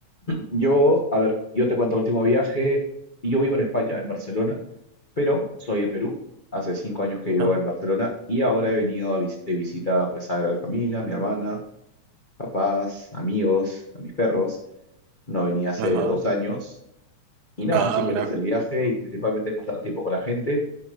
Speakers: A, on the left; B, on the right.
A: Yo, a ver, yo te cuento el último viaje. Yo vivo en España, en Barcelona, pero soy de Perú. Hace cinco años que vivo
B: <laughs>
A: en Barcelona y ahora he venido a vis- de visita pues a ver a la familia, a mi hermana, papás, amigos, a mis perros. No venía hace
B: Ajá.
A: dos años y nada,
B: Ah,
A: así que
B: mira.
A: este es el viaje y principalmente es pasar tiempo con la gente